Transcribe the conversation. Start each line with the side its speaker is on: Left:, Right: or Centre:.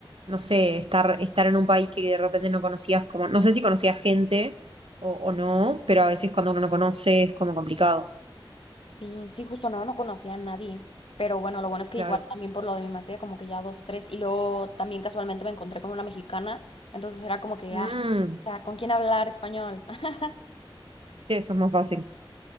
Right: no sé, estar, estar en un país que de repente no conocías, como, no sé si conocías gente o, o no, pero a veces cuando uno no conoce es como complicado.
Left: Sí, sí, justo no, no conocía a nadie. Pero bueno, lo bueno es que
Right: Claro.
Left: igual también por lo de mi maestría, como que ya dos, tres. Y luego también casualmente me encontré con una mexicana. Entonces era como que,
Right: Mm,
Left: ah, ya, ¿con quién hablar español? <laughs>
Right: sí, eso es más fácil.